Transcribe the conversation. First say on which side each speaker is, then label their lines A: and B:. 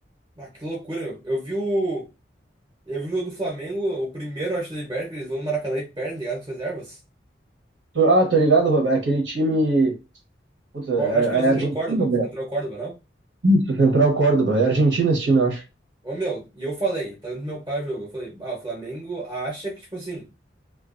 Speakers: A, on the right; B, on the right.
A: Ah, que loucura, meu. Eu vi o. Eu vi o jogo do Flamengo, o primeiro, acho, da Liberta, que eles vão no Maracanã e perdem, tá ligado, com as reservas.
B: Tô- ah, tô ligado, Roberto. É aquele time. Puta, é,
A: Co- Acho que é o Central
B: é Argentina,
A: Córdoba.
B: né?
A: Central Córdoba, não?
B: Do Central Córdoba. É Argentina esse time, eu acho.
A: Ô, meu, e eu falei, tá vendo meu pai o jogo. Eu falei, ah, o Flamengo acha que, tipo assim,